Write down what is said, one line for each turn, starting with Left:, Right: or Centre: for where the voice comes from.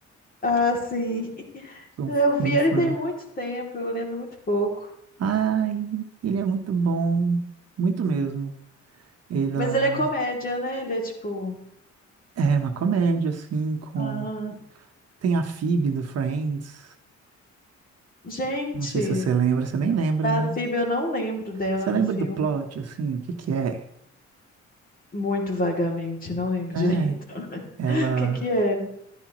Left: Ah, sim. <laughs>
Right: Sou
Left: Eu vi
Right: bem
Left: ele
Right: fã.
Left: tem muito tempo, eu lembro muito pouco.
Right: Ai, ele é muito bom. Muito mesmo. Ela
Left: Mas ele é comédia, né? Ele é tipo.
Right: é uma comédia, assim, com.
Left: Ah,
Right: Tem a Phoebe do Friends.
Left: gente,
Right: Não sei se você lembra, você nem lembra,
Left: a
Right: né?
Left: Phoebe eu não lembro dela
Right: Você
Left: no
Right: lembra
Left: filme.
Right: do plot, assim, o que que é?
Left: Muito vagamente, não lembro
Right: É,
Left: direito. <laughs>
Right: ela...
Left: O que que é?